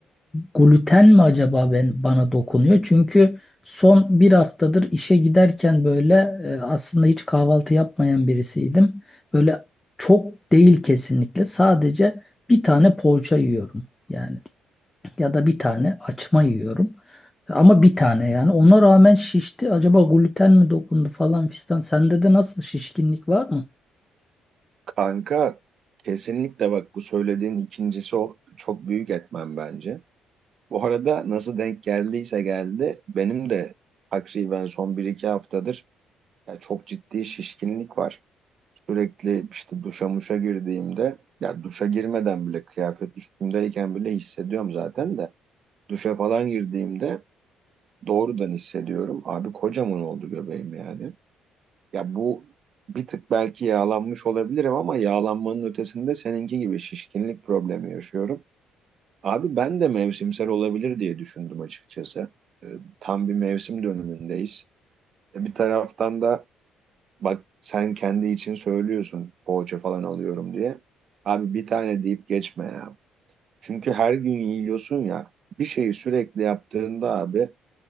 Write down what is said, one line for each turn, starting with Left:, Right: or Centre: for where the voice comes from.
Left: gluten mi acaba ben, bana dokunuyor? Çünkü son bir haftadır işe giderken böyle e, aslında hiç kahvaltı yapmayan birisiydim. Böyle çok değil kesinlikle. Sadece bir tane poğaça yiyorum yani ya da bir tane açma yiyorum. Ama bir tane yani. Ona rağmen şişti. Acaba gluten mi dokundu falan fistan. Sende de nasıl şişkinlik var mı?
Right: Kanka kesinlikle bak bu söylediğin ikincisi o çok büyük etmen bence. Bu arada nasıl denk geldiyse geldi benim de takriben son bir iki haftadır ya çok ciddi şişkinlik var. Sürekli işte duşa muşa girdiğimde ya duşa girmeden bile kıyafet üstümdeyken bile hissediyorum zaten de duşa falan girdiğimde doğrudan hissediyorum. Abi kocaman oldu göbeğim yani. Ya bu bir tık belki yağlanmış olabilirim ama yağlanmanın ötesinde seninki gibi şişkinlik problemi yaşıyorum. Abi ben de mevsimsel olabilir diye düşündüm açıkçası. Ee, tam bir mevsim dönümündeyiz. E, Bir taraftan da bak sen kendi için söylüyorsun poğaça falan alıyorum diye. Abi bir tane deyip geçme ya. Çünkü her gün yiyorsun ya. Bir şeyi sürekli yaptığında abi